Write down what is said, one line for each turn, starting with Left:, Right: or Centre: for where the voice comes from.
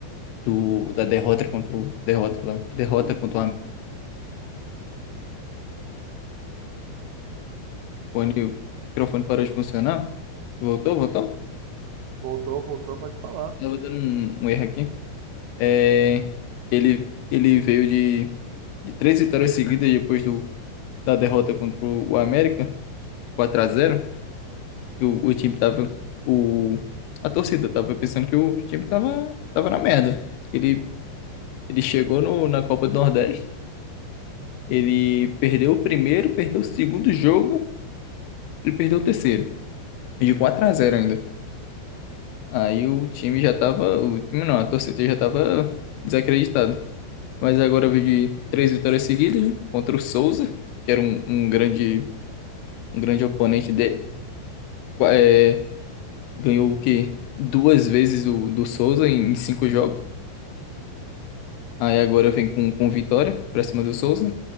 Left: do, da derrota contra o. Derrota, lá, derrota contra o. Am- O microfone parou de funcionar. Voltou, voltou?
Right: Voltou, voltou, pode falar.
Left: Tava dando um, um erro aqui. É, ele, ele veio de, de três vitórias seguidas depois do, da derrota contra o América, de quatro a zero que o, o time tava, o, a torcida tava pensando que o time tava, tava na merda. Ele, ele chegou no, na Copa do Nordeste, ele perdeu o primeiro, perdeu o segundo jogo, ele perdeu o terceiro, e de 4 a zero ainda. Aí o time já tava. O time não, a torcida já tava desacreditada. Mas agora veio de três vitórias seguidas, né? Contra o Souza, que era um, um grande, um grande oponente dele. Qua- é, ganhou o quê? Duas vezes o, do Souza em, em cinco jogos. Aí agora vem com, com vitória pra cima do Souza.